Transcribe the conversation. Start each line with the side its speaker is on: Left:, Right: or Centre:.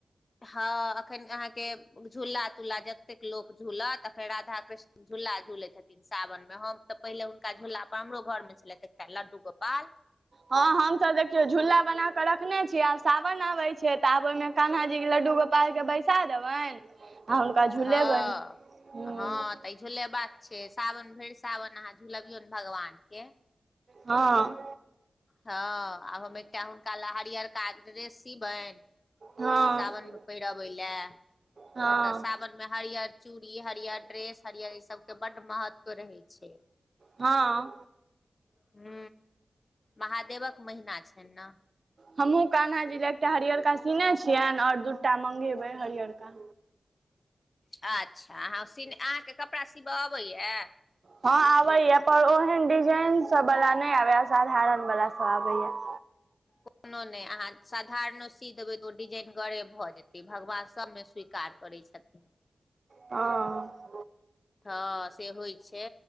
Left: हँ एखन अहाँके झूला तुला जतेक लोक झूलत अखन राधा कृष्ण झूला झुलै छथिन सावन मे हम तऽ पहिले हुनका झूला पर हमरो घर मे छलथि एकटा लड्डू गोपाल
Right: हँ हमसभ देखियौ झूला बनााके रखने छी आब सावन आबे छै तऽ आब ओहिमे कान्हा जी के लड्डू गो पारके बैसा देबनि आ हुनका झुलेबनि
Left: हँ
Right: ह
Left: हँ तऽ ई झूलेबाक छै सावन भरि सावन अहाँ झुलबियौ ने भगवान के
Right: हँ
Left: हँ आब हम एकटा हुनका एक टा लहरियरका ड्रेस सिबनि
Right: हँ
Left: सावनमे पहिरबै लए किय
Right: हँ
Left: तऽ सावन मे हरियर चूड़ी हरियर ड्रेस हरियर ई सब के बड महत्व रहै छै
Right: हँ
Left: ह महादेवक महिना छै ने
Right: हमहुँ कान्हा जी ले एकटा हरियरका सीने छियनि आऔर दूटा मंगेबै हरियरका
Left: अच्छा अहाँ सीने अहाँके कपड़ा सिबऽ अबैया
Right: हँ आबे या पर ओहेन डिजाइन सब वाला नहि आबै य साधारण वाला सब आबे या <inaudible>
Left: कोनो नहि अहाँ साधारणो सीदेबै तऽ ओ डिजेनगरे भऽ जेतै भगवान सभमे स्वीकार करै छथिन
Right: ह
Left: हँ से होइ छै